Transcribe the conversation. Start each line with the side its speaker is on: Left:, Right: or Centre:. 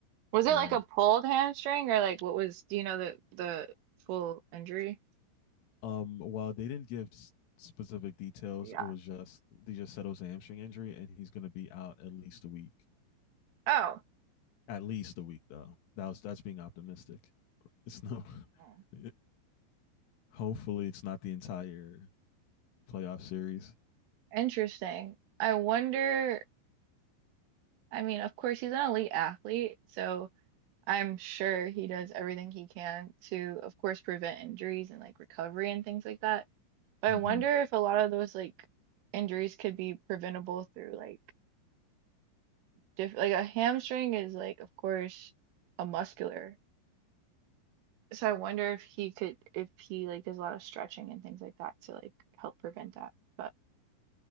Right: Was
Left: Yeah.
Right: it like a pulled hamstring or like what was, do you know the the full injury?
Left: Um. While they didn't give s- specific details,
Right: Yeah.
Left: it was just they just said it was a hamstring injury, and he's going to be out at least a week.
Right: Oh,
Left: At least a week, though. That was that's being optimistic. It's no.
Right: Oh.
Left: <laughs> Hopefully, it's not the entire playoff series.
Right: interesting. I wonder, I mean, of course he's an elite athlete, so I'm sure he does everything he can to, of course, prevent injuries and like recovery and things like that. But
Left: Mm-hmm.
Right: I wonder if a lot of those like injuries could be preventable through like diff like a hamstring is like, of course, a muscular. So I wonder if he could, if he like does a lot of stretching and things like that to like help prevent that. But